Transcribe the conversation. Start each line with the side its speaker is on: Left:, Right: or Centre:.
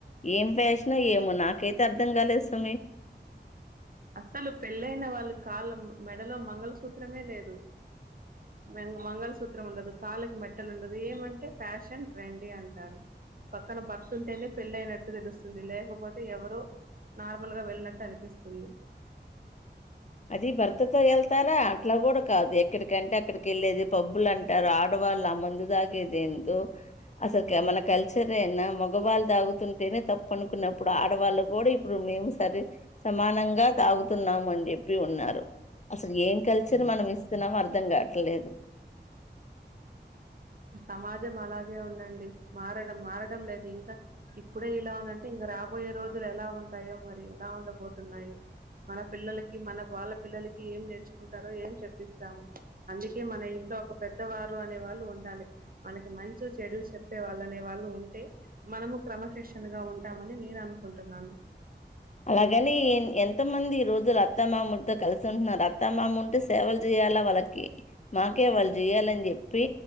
Left: ఏం ఫ్యాషనో ఏమో నాకైతే అర్థం కాలేదు సమి
Right: అస్సలు పెళ్ళయిన వాళ్ళు కాళ్ళ మెడలో మంగళసూత్రమే లేదు మ మంగళసూత్రం ఉండదు కాళ్ళకి మెట్టలు ఉండదు ఏమంటే ఫ్యాషన్ అని అంటారు పక్కన భర్త్ ఉంటేనే పెళ్ళయినట్టు తెలుస్తుంది లేకపోతే ఎవరో నార్మల్ గా వెళ్ళినట్టు అనిపిస్తుంది
Left: అది భర్తతో వెళ్తారా అట్లా కూడా కాదు ఎక్కడికంటే అక్కడికి వెళ్ళేది పబ్బులు అంటారు ఆడవాళ్ళు ఆ మందు తాగేది ఏందో అసలు మన కల్చర్ ఏనా మగవాళ్ళు తాగుతుంటేనే తప్ప అనుకున్నప్పుడు ఆడవాళ్ళ కూడా ఇప్పుడు మేము సరే సమానంగా తాగు నమండి ప్పి ఉన్నారు అసలు ఏం కల్చర్ మనం ఇస్తున్నామో అర్థం కావట్లేదు
Right: సమాజం అలాగే ఉందండి మారడం మారడం లేదు ఇంకా ఇప్పుడే ఇలా ఉందంటే ఇంకా రాబోయే రోజులు ఎలా ఉంటాయో మరి ఎలా ఉండబోతున్నాయో మన పిల్లలకి మన వాళ్ళ పిల్లలకి ఏం నేర్చుకుంటారో ఏం చెప్పిస్తాము అందుకే మన ఇంట్లో ఒక పెద్దవారు అనే వాళ్ళు ఉ మనకి మంచు చెడు చెప్పే వాళ్ళ అనే వాళ్ళు ఉంటే మనము క్రమశిక్షణగా ఉంటామని నేను అనుకుంటున్నాను
Left: అలాగని ఎంత మంది ఈ రోజులు అత్తమామలతో కలిసి ఉంటున్నారు అత్తామామ ఉంటే సేవలు చేయాలా వాళ్ళకి మాకే వాళ్ళు చెయాలని చెప్పి